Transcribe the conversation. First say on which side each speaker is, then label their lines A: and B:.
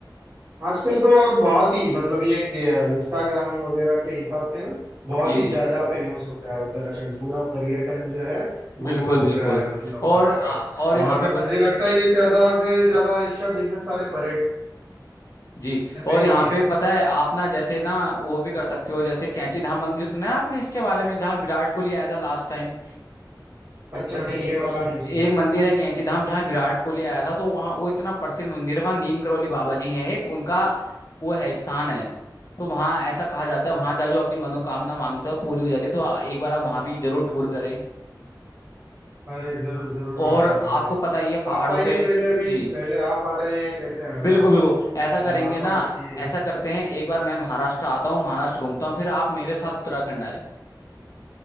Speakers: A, on the right; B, on the left.
A: आजकल तो और बहुत ही मतलब ये इंस्टाग्राम वगैरह के हिसाब से ना बहुत
B: जी
A: ही
B: जी
A: ज्यादा फेमस हो गया है उत्तराखंड पूरा पर्यटन जो है
B: बिल्कुल
A: वो
B: बिल्कुल
A: उठ रहा है मतलब
B: और
A: वहाँ
B: आ,
A: का
B: और यहाँ
A: और
B: पे प,
A: मुझे लगता है ये ज्यादा से ज्यादा इसका बिजनेस सारे पर्यटन
B: जी
A: पे
B: और यहाँ
A: ही है
B: पे पता है आप ना जैसे ना वो भी कर सकते हो जैसे कैंची धाम मंदिर सुना है आपने इसके बारे में जहाँ विराट कोहली आया था लास्ट टाइम
A: अच्छा नहीं ये वाला नहीं
B: एक
A: सुना
B: मंदिर
A: मैंने
B: है कैंची धाम जहाँ विराट कोहली आया था तो वहाँ वो इतना प्रसिद्ध मंदिर है वहाँ नीम करोली बाबा जी हैं एक उनका वो है स्थान है तो वहाँ ऐसा कहा जाता
A: अच्छा
B: है वहाँ जा जो अपनी मनोकामना मांगते हो पूरी हो जाती है तो आ- एक बार आप वहाँ भी जरूर टूर करें
A: अरे जरूर जरूर
B: और
A: आएंगे फिर
B: आपको पता ही है पहाड़ों
A: आप आइए
B: पे
A: पहले अभी
B: जी
A: पहले आप आ रहे हैं कैसे हो
B: बिल्कुल
A: रहा है
B: बिल्कुल ऐसा
A: पहले
B: करेंगे
A: आप
B: ना
A: आ जाइए
B: ऐसा करते हैं एक बार मैं महाराष्ट्र आता हूँ महाराष्ट्र घूमता हूँ फिर आप मेरे साथ उत्तराखंड आए